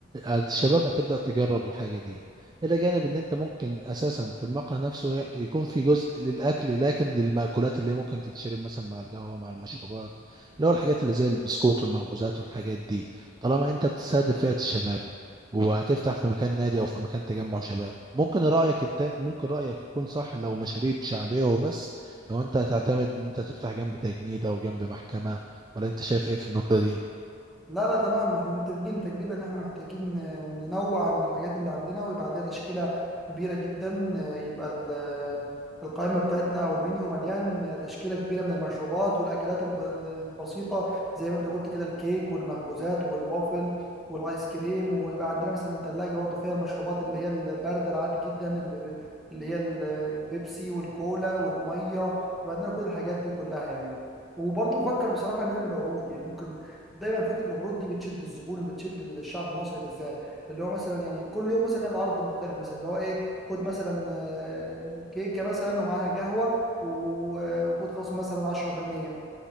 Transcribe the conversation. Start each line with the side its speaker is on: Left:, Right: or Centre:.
Right: الشباب هتبدا تجرب الحاجه دي إلى جانب إن أنت ممكن أساسا في المقهى نفسه ي- يكون في جزء للأكل لكن للمأكولات اللي هي ممكن تتشرب مثلا مع القهوة مع المشروبات اللي هو الحاجات اللي زي البسكوت والمخبوزات والحاجات دي طالما أنت بتستهدف فئة الشباب وهتفتح في مكان نادي أو في مكان تجمع شباب ممكن رأيك التا... ممكن رأيك يكون صح لو مشاريب شعبية وبس لو أنت هتعتمد إن أنت تفتح جنب تجنيد أو جنب محكمة ولا أنت شايف إيه في النقطة دي؟
Centre: لا لا تمام احنا متفقين تقريبا ان احنا محتاجين آه، ننوع من الحاجات اللي عندنا ويبقى عندنا تشكيلة كبيرة جدا آه، يبقى ال- آه، القائمة بتاعتنا او المنيو مليان آه، تشكيلة كبيرة من المشروبات والاكلات الب- البسيطة زي ما انت قلت كده الكيك والمخبوزات والوافل والايس كريم ويبقى عندنا مثلا ثلاجة برضه فيها المشروبات اللي هي الباردة العادي جدا الب- اللي هي ال- البيبسي والكولا والمية يبقى عندنا كل الحاجات دي كلها يعني وبرضه بفكر بصراحة نعمل عروض يعني ممكن دايما فكره العروض دي بتشد الزبون وبتشد الشعب المصري بالذات اللي هو مثلا يعني كل يوم مثلا نعمل عرض مختلف مثلا اللي هو ايه خد مثلا آه، كيكه مثلا ومعاها قهوه و- وخد خصم مثلا 10%